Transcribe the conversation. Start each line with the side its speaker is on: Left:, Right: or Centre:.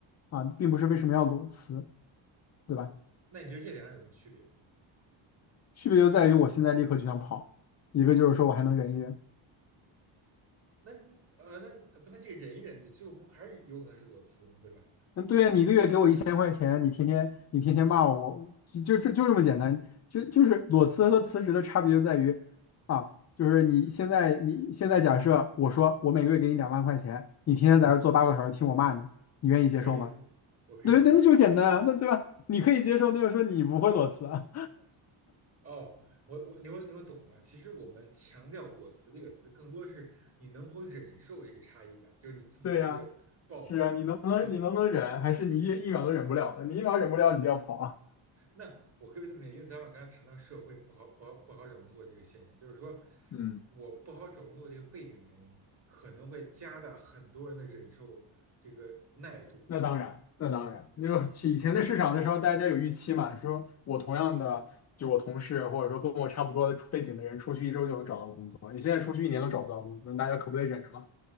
Left: 啊？并不是为什么要裸辞，对吧？
Right: 那你觉得这两者有什么区别？
Left: 区别就在于我现在立刻就想跑，一个就是说我还能忍一忍。
Right: 那呃，那不，那这个忍一忍，你最后不还是有可能是裸辞吗？对吧？
Left: 嗯，对呀，你一个月给我一千块钱，你天天你天天骂我，我就就就就这么简单，就就是裸辞和辞职的差别就在于啊，就是你现在你现在假设我说我每个月给你两万块钱，你天天在这儿坐八个小时听我骂你，你愿意接受吗？
Right: 可以啊，我可以接受。
Left: 对，那那就简单啊，那对吧？你可以接受，那就说你不会裸辞啊。
Right: 哦，我我你我你我懂了。其实我们强调“裸辞”这个词，更多是你能否忍受这个差异感，就是你自己的这个抱负和
Left: 对呀，是啊，你能不能你能不能忍？还是你一一秒都忍不了了？你一秒忍不了，你就要跑啊？
Right: 那我可以这么理解，因为咱俩刚才谈到社会不好不好不好找工作这个现象，就是说
Left: 嗯，
Right: 我不好找工作这个背景原因，可能会加大很多人的忍受这个耐度，
Left: 那当然，那当然，
Right: 对吧？
Left: 就以前的市场的时候，大家有预期嘛，说我同样的，就我同事或者说跟我差不多的背景的人，出去一周就能找到工作，你现在出去一年都找不到工作，那大家可不得忍着吗？